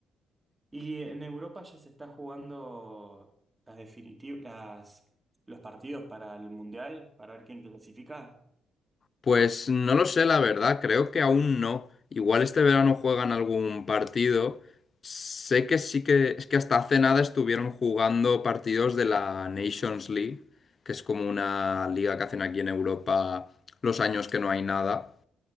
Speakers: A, on the right; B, on the left.
A: Y en Europa ya se está jugando las definitivas, las, los partidos para el Mundial, para ver quién clasifica.
B: Pues no lo sé, la verdad, creo que aún no. Igual este verano juegan algún partido. Sé que sí que es que hasta hace nada estuvieron jugando partidos de la Nations League, que es como una liga que hacen aquí en Europa los años que no hay nada.